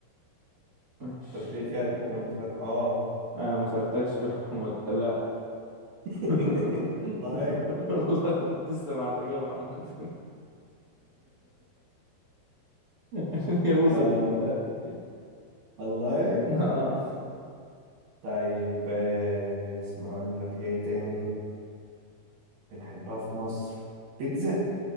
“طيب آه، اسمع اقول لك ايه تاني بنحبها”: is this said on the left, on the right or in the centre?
Right